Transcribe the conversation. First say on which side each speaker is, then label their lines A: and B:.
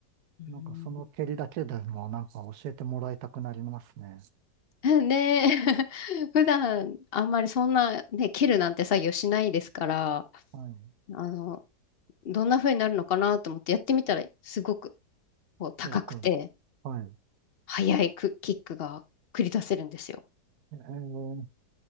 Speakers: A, on the left; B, on the right.
A: うん
B: なんかその蹴りだけでもなんか教えてもらいたくなりますね。
A: <laughs> ねえ <laughs> 普段あんまりそんな、ね、切るなんて作業しないですから、
B: はい。
A: あの、どんな風になるのかなと思ってやってみたら、すごくこう高くて、
B: すごく。はい。
A: 速いクキックが繰り出せるんですよ。
B: えー、